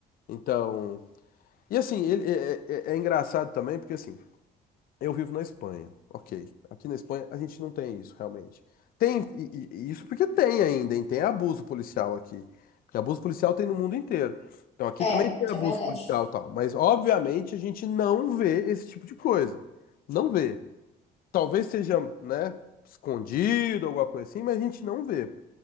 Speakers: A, on the left; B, on the left.
A: Então. E assim, ele é, é- é é engraçado também, porque assim, eu vivo na Espanha, ok. Aqui na Espanha a gente não tem isso, realmente. Tem, e- e- e isso porque tem ainda, hein? Tem abuso policial aqui. Porque abuso policial tem no mundo inteiro. Então aqui
B: É,
A: também tem
B: isso
A: abuso
B: é verdade.
A: policial e tal. Mas obviamente a gente não vê esse tipo de coisa. Não vê. Talvez seja, né, escondido, alguma coisa assim, mas a gente não vê.